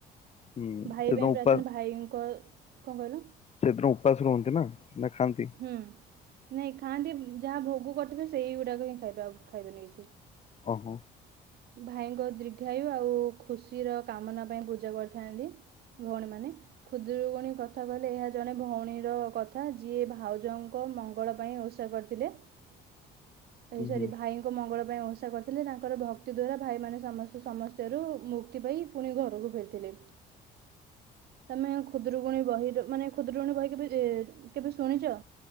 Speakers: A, on the left; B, on the right.
A: ହୁଁ
B: ଭାଇ
A: ସେଦିନ
B: ପାଇଁ
A: ଉପା
B: ପ୍ରାର୍ଥନା ଭାଇଙ୍କ କଣ କହିଲ?
A: ସେଦିନ ଉପାସ ରୁହନ୍ତି ନା ନା ଖାଆନ୍ତି?
B: ହୁଁ ନାଇଁ ଖାଆନ୍ତି ଯାହା ଭୋଗ କରିଥିବେ ସେଇଗୁଡାକ ହିଁ ଖାଇବେ ଆଉ ଖାଇବେନି କିଛି।
A: ଓହୋ।
B: ଭାଇଙ୍କ ଦୀର୍ଘାୟୁ ଆଉ ଖୁସିର କାମନା ପାଇଁ ପୂଜା କରିଥାନ୍ତି। ଭଉଣୀମାନେ ଖୁଦୁରୁକୁଣୀ କଥା କହିଲେ ଏହା ଜଣେ ଭୋଉଣୀର କଥା ଯିଏଭାଇ ଭାଉଜଙ୍କ ମଙ୍ଗଳ ପାଇଁ ଓଷା କରିଥିଲେ ଏ
A: ହୁଁ
B: ସରି
A: ହୁଁ
B: ଭାଇଙ୍କ ଭାଇଙ୍କ ମଙ୍ଗଳ ପାଇଁ ଓଷା କରିଥିଲେ ତାଙ୍କର ଭକ୍ତି ଦ୍ୱାରା ଭାଇମାନେ ସମସ୍ତେ ସମସ୍ୟାରୁ ମୁକ୍ତ ମୁକ୍ତି ପାଇ ପୁଣି ଘରକୁ ଫେରିଥିଲେ। ତମେ ଖୁଦୁରୁକୁୁଣୀ ବହିର ମାନେ ଖୁଦୁରୁକୁଣୀ ବହି କେବେ କେବେ ଶୁଣିଚ?